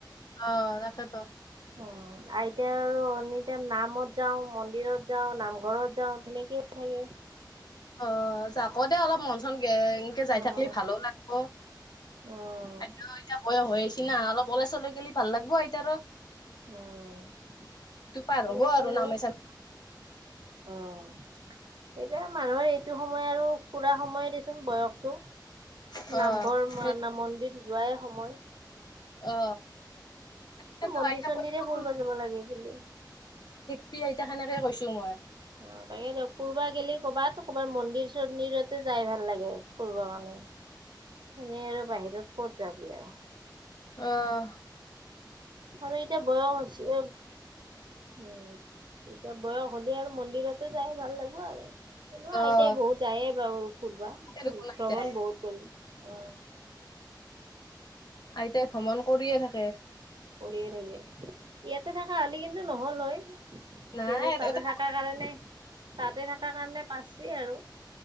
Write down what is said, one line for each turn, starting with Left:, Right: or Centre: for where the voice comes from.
Left: অহ তাকে ত।
Right: উম আইতা আৰু এনিটাইম নামত যাওঁ, মন্দিৰত যাওঁ, নামঘৰত যাওঁ তেনেকেই থা থাকে।
Left: অ যাক দে অলপ মন চন গে এনকে যাই
Right: উম,
Left: থাকলি ভালো লাগব।
Right: উম,
Left: আইতা এতিয়া বয়স হৈ আহিছি না অলপ ওলাই চলই গেলি ভাল লাগব আইতাৰ।
Right: উম
Left: পাৰ
Right: সেয়ে
Left: হব আৰু
Right: আৰ।
Left: নামে
Right: অ
Left: চামে
Right: এতিয়া মানুহৰ এইট টো সময় আৰু ফুৰা সময়ে দেচোন বয়সটো
Left: অ',
Right: নামঘৰ
Left: সেই
Right: না মন্দিৰ যোৱাই সময়।
Left: অ। সেইটো
Right: অ মন্দিৰ
Left: আইতা
Right: চন্দিৰে
Left: পক্ষটো
Right: ফুৰবা যাব লাগে গেলে।
Left: পি আইতাক এনেকে কৈছো মই।
Right: অ তাকে দিয়ক ফুৰবা গেলি ক'বাত ক'বাৰ মন্দিৰ চন্দিৰতে যাই ভাল লাগে ফুৰবা কাৰণে। এনেই আৰু বাহিৰত ক'ত যাবি আও।
Left: অহ।
Right: আৰু এতিয়া বয়স হৈছে এ উম, এতিয়া বয়স হ'লে আৰু মন্দিৰতে যাই ভাল লাগিব আৰু এনেও
Left: অ',
Right: আইতাই বহুত যায় বাৰু ফুৰবা
Left: দেখোন আইতাই,
Right: ভ্ৰমণ বহুত কৰিম অ'
Left: আইতাই ভ্ৰমণ কৰিয়ে থাকে।
Right: কৰিয়ে থাকে। ইয়াতে থকা আমি কিন্তু নহ'ল হয়।
Left: নাই
Right: কিন্তু, তাতে
Left: এটা
Right: থাকা কাৰণে, তাতে থাকাৰ কাৰণে পাৰছে আৰু